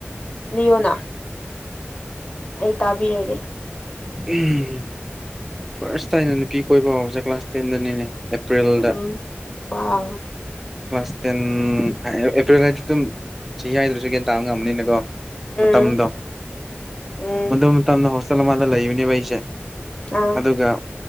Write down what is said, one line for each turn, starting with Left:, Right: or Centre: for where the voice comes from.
Left: ꯂꯤꯌꯣꯅꯥ ꯑꯩ ꯇꯥꯕꯤꯔꯒꯦ
Centre: ꯎꯝ ꯐꯥꯔꯁꯇꯥ ꯑꯩꯅ ꯅꯨꯄꯤ ꯀꯣꯏꯕ ꯍꯧꯕꯁꯦ ꯀ꯭ꯂꯥꯁ ꯇꯦꯟꯗꯅꯤꯅꯦ ꯑꯦꯄ꯭ꯔꯤꯜꯗ
Left: ꯎꯝ ꯋꯥꯎ
Centre: ꯀ꯭ꯂꯥꯁ ꯇꯦꯟ <unintelligible> ꯑꯦꯄ꯭ꯔꯤ <unintelligible> ꯗꯨꯝ ꯁꯤ ꯍꯥꯏꯗ꯭ꯔꯁꯨ ꯒ꯭ꯌꯥꯟ ꯇꯥꯕ ꯉꯝꯃꯅꯤꯅꯀꯣ ꯃꯇꯝꯗꯣ
Left: ꯎꯝ ꯎꯝ
Centre: ꯑꯗꯨ ꯃꯇꯝꯗ ꯍꯣꯁꯇꯦꯜ ꯑꯃꯗ ꯂꯩꯕꯅꯦꯕ ꯑꯩꯁꯦ
Left: ꯑꯥ
Centre: ꯑꯗꯨꯒ